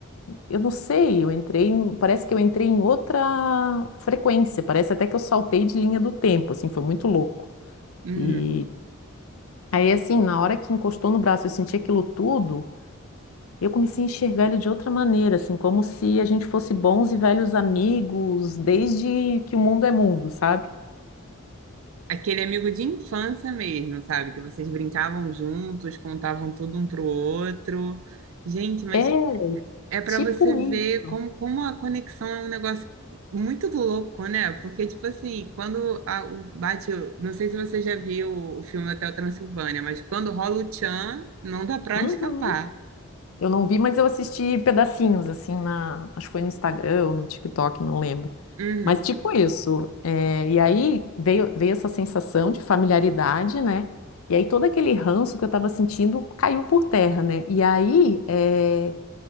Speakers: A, on the left (about 80°); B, on the right (about 70°).
A: eu não sei, eu entrei, em- parece que eu entrei em outra frequência, parece até que eu saltei de linha do tempo, assim, foi muito louco.
B: Uhum.
A: E aí assim, na hora que encostou no braço, eu senti aquilo tudo, eu comecei a enxergar ele de outra maneira, assim, como se a gente fosse bons e velhos amigos desde que o mundo é mundo, sabe?
B: Aquele amigo de infância mesmo, sabe? Que vocês brincavam juntos, contavam tudo um pro outro. Gente, mas
A: É
B: é para
A: tipo
B: você ver
A: isso.
B: como, como a conexão é um negócio muito louco, né? Porque, tipo assim, quando a- o bate. Não sei se você já viu o filme Hotel Transilvânia, mas quando rola o tchan, não dá pra
A: Uhum.
B: escapar.
A: Eu não vi, mas eu assisti pedacinhos, assim, na, acho que foi no Instagram ou no TikTok, não lembro.
B: Uhum,
A: Mas tipo isso, é, e aí veio, veio essa sensação de familiaridade, né? E aí todo aquele ranço que eu estava sentindo caiu por terra, né? E aí é,